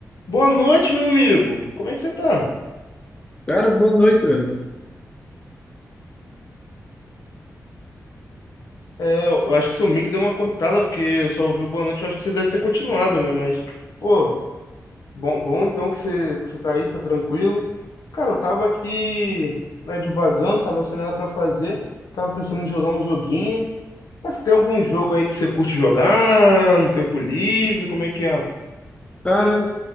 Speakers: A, on the left; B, on the left.
A: Boa noite, meu amigo. Como é que você tá?
B: Cara, boa noite, velho.
A: É, eu eu acho que seu mic deu uma cortada, porque eu só ouvi o boa noite. Eu acho que você deve ter continuado, né? Mas, pô, bom, bom então que você, que você tá aí, você tá tranquilo. Cara, eu tava aqui, né, divagando, tava sem nada pra fazer. Tava pensando em jogar um joguinho. Mas tem algum jogo aí que você curte jogar no tempo livre? Como é que é?
B: Cara,